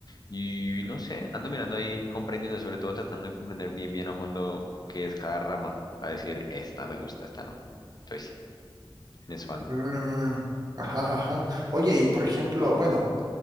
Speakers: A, on the left (about 45°); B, on the right (about 45°).
A: Y no sé, ando mirando ahí, comprendiendo, sobre todo tratando de comprender bien, bien a fondo qué es cada rama, para decir, esta me gusta, esta no. Entonces sí, en eso ando.
B: Mm, ajá, ajá. Oye, y por ejemplo, bueno,